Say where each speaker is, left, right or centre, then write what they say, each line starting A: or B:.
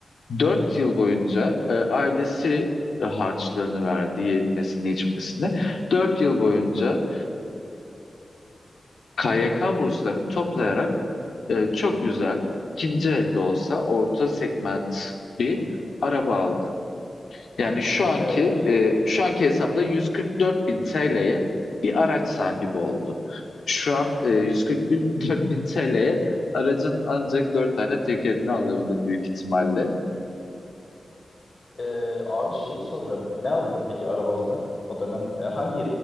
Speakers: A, on the left; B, on the left.
A: 4 yıl boyunca e, ailesi harçlığını verdi, yemesini, içmesini. 4 yıl boyunca KYK burslarını toplayarak e, çok güzel ikinci elde olsa orta segment bir araba aldı. Yani şu anki
B: abi.
A: e, şu anki hesapla 144 bin TL'ye bir araç sahibi oldu. Şu an e, 144 bin TL'ye aracın ancak dört tane tekerini alabilir büyük ihtimalle.
B: Ee, abi şeyi soracağım. Ne aldı peki araba olarak o dönem? E, hangi